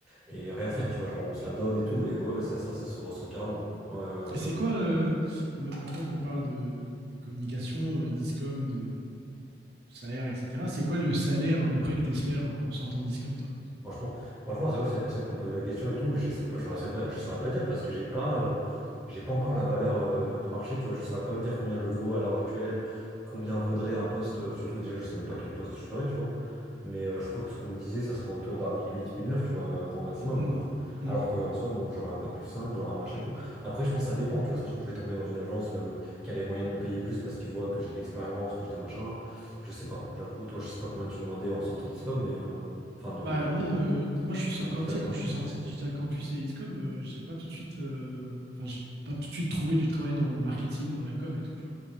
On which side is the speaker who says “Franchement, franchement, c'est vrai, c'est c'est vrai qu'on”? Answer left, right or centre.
Centre